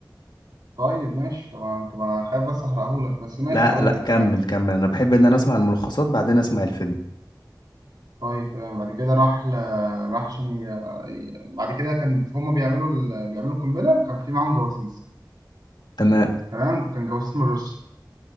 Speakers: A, on the right (about 65°); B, on the left (about 75°).
A: طيب ماشي طبعا طبعا أنا خايف بس أحرقهولك بس ماشي
B: لا
A: هقول
B: لا
A: لك
B: كمل كمل انا بحب ان انا اسمع الملخصات بعدين اسمع الفيلم
A: طيب تمام بعد كده راح ل... راح عشان ي... ي- بعد كده كان هما بيعملوا ال... بيعملوا القنبلة كان في معاهم جواسيس
B: تمام
A: تمام كان جواسيس من روسيا